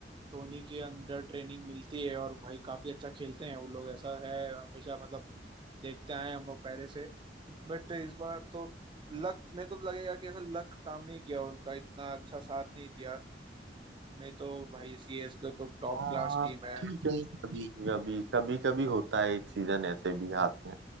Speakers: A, on the right (about 30°); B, on the right (about 85°).
A: धोनी के अंदर ट्रेनिंग मिलती है और भाई काफी अच्छा खेलते हैं वो लोग ऐसा है हमेशा मतलब देखते आए हैं हम लोग पहले से बट इस बार तो लक मेरे को तो लगेगा कि ऐसा लक काम नहीं किया उनका इतना अच्छा साथ नहीं दिया में तो भाई सीएस के तो टॉप
B: हाँ
A: क्लास टीम है
B: ठीक है कभी कभी कभी कभी होता है एक सीजन ऐसे भी आते